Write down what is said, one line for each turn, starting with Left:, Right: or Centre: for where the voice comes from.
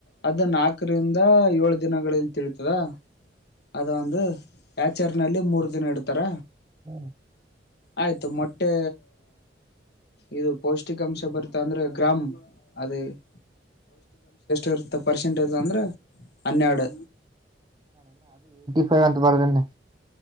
Left: ಅದು ನಾಲ್ಕರಿಂದ ಏಳು ದಿನಗಳಲ್ಲಿ ತಿಳತದಾ ಅದು ಒಂದು ಆಚಾರಲ್ಲಿ ಮೂರು ದಿನ ಇೆ ತ್ತರ
Right: ಹ್ಮ್
Left: ಆಯ್ತು ಮೊಟ್ಟೆ ಇದು ಪೌಷ್ಟಿಕಾಂಶ ಬರ್ತಾ ಅಂದ್ರೆ ಗ್ರಾಮ್ ಅದೇಷ ೇ ಪರ್ಸೆಂಟೇಜ್ ಅಂದ್ರೆ ಹನ್ನೆರಡು
Right: ಸ ಆಂತ ಬದನೆ